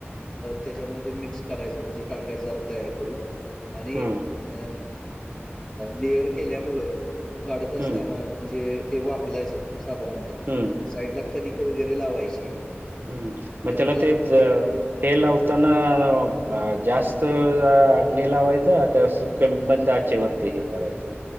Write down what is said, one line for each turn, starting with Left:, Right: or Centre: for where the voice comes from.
Left: त्याच्यामध्ये मिक्स कराय म्हणजे टाकायचा जरा तयार करून आणि
Right: हं,
Left: अ लेअर केल्यामुळे काढत असताना
Right: हं,
Left: म्हणजे ते वाफलायचं साधारणत.
Right: हम्म
Left: साईड ला कणिक वगैरे लावायची.
Right: हं. मग
Left: कणिक
Right: त्याला
Left: लावून
Right: तेच
Left: ते ते
Right: हे लावताना जास्त हे लावायचं की असं मंद आचेवरती वरती हे करायचं